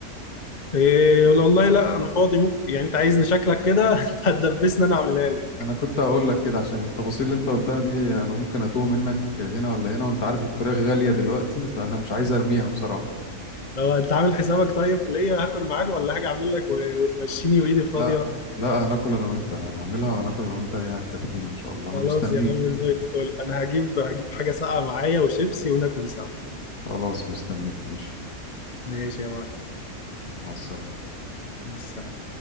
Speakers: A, on the left; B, on the left.
A: إيه يقول والله لا أنا فاضي ممكن يعني أنت عايزني شكلك كده <laughs> أنت هتدبسني أنا أعملها لك
B: انا كنت هقول لك كده عشان التفاصيل اللي انت قلتها دي انا ممكن اتوه منك هنا ولا هنا وانت عارف الفراخ غالية دلوقتي فانا مش عايز ارميها بصراحة
A: لو أنت عامل حسابك طيب في ليا هاكل معاك ولا هاجي أعمل لك و- وتمشيني وإيدي فاضية
B: لا لا هناكل انا وانت هنعملها وهناكل انا وانت هي هتكفينا ان شاء الله انا
A: خلاص
B: مستنيك
A: يا عم زي الفل أنا هجيب هجيب حاجة ساقعة معايا وشيبسي وناكل سوا
B: خلاص مستنيك ماشي
A: ماشي يا معلم
B: مع السلامة
A: مع السلامة